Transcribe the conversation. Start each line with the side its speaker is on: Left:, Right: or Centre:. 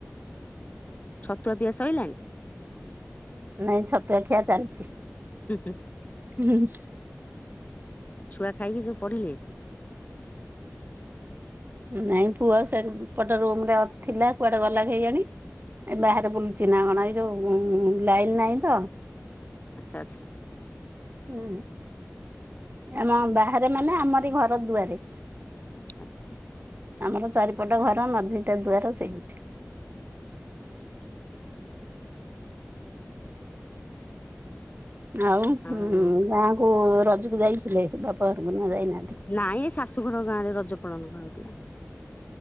Left: ଛତୁଆ ପିଆ ସଇଲାଣି।
Right: ନାଇଁ ଛତୁଆ ଖିଆ ଚାଲିଛି।
Left: ହୁଁ ହୁଁ।
Right: ହୁଁ ହୁଁ।
Left: ଛୁଆ ଖାଇକି ସବୁ ପଢିଲେ।
Right: ନାଇଁ ପୁଅ ସେ ପଟେ ରୁମ ରେ ଥିଲା କୁଆଡେ ଗଲା କେଇଜାଣି। ଏ ବାହାରେ ବୁଲୁଚ ନା କଣ? ଏ ଯୋଉ ଲାଇନ ନାହିଁ ତ।
Left: ଆଛା ଆଛା।
Right: ହୁଁ ଆମ ବାହାରେ ମାନେ, ଆମର ଘର ଦୁଆରେ।
Left: ଆଛା।
Right: ଆମର ଚାରିପଟ ଘର ମଝିଟା ଦୁଆର ସେଇଠି।
Left: ଆଚ୍ଛା
Right: ଆଉ
Left: ଆଉ
Right: ହୁଁ ଗାଁକୁ ରଜକୁ ଯାଇଥିଲେ ବାପଘରକୁ, ନା ଯାଇନାହାନ୍ତି?
Left: ନାଇଁ ଏ ଶାଶୁଘର ଗାଁ ରେ ରଜ ପାଳନ କରାଯାଉଥିଲା।